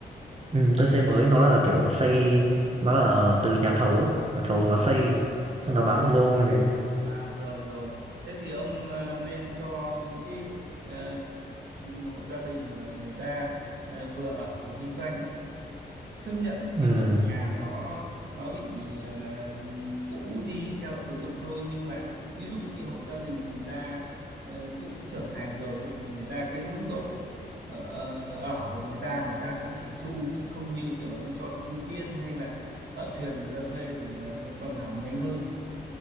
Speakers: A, on the right (about 35°); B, on the right (about 70°).
A: Ừm, tôi xây mới nó là, kiểu, xây nó là từ nhà thầu ấy, nhà thầu nó
B: Ừ.
A: xây, xong nó bán một lô như thế.
B: À rồi rồi. Thế thì ông ờ, nên cho những cái ờ, hộ gia đình mà người ta ờ, vừa ở vừa kinh doanh ấy, chấp nhận là
A: Ừm,
B: cái việc nhà nó nó bị ờ, cũ đi theo sử dụng thôi nhưng mà ví dụ như hộ gia đình người ta ờ, trưởng trưởng thành rồi ấy, thì người ta cái mức độ ờ, ờ, ở của người ta người ta cũng chỉn chu chứ không như kiểu ông cho sinh viên hay là thợ thuyền người ta thuê thì ờ, nó còn hỏng nhanh hơn